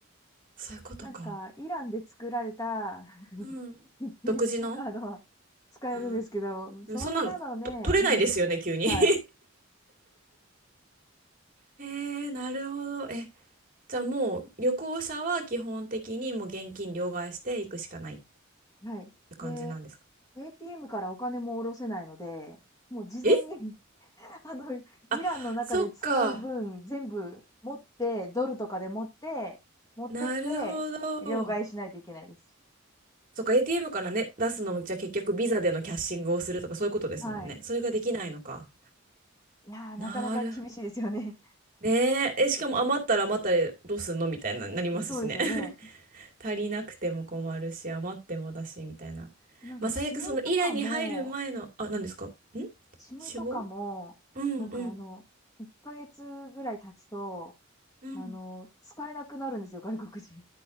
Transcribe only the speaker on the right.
そういうことか。
うん。
独自のうん。
でもそんなのと取れないですよね、
急に
<laughs> えー、なるほど。え、じゃあもう旅行者は基本的にもう現金両替していくしかないっ
て感じなんですか
え
あ、そっか。
なるほど。
そっか、ATM からね、出すのも、じゃあ結局ビザでのキャッシングをするとかそういうことですもんね。
それができないのか。
なる。ねえ、え、しかも余ったら余ったでどうすんのみたいな、なりますしね。
<laughs> 足りなくても困るし、余ってもだし、みたいな。
まあ、最悪そのイランに入る前の、
あ、何ですかん
死亡うんうん。
うん。